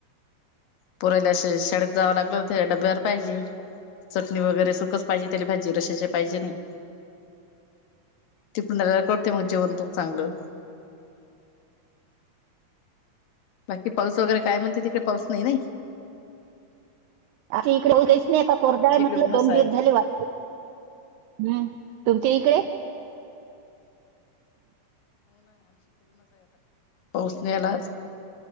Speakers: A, on the left; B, on the right.
A: पोराला शाळेत जावं लागलं होतं. डब्यावर पाहिजे. चटणी वगैरे सुखच पाहिजे त्या भाजी रशाचे पाहिजे नाही. तिकडून आलेवर करते मग जेवण तू चांगलं. बाकी पाऊस वगैरे काय म्हणते तिकडे पाऊस नाही नाही.
B: आ इकडेच नाही आता कोरड
A: आमच्या
B: आहे. म्हटलं
A: इकडे ऊनच
B: दोन
A: आहे
B: दिवस झाले वाटते. हम्म तुमच्या इकडे.
A: पोहचण्यालाच..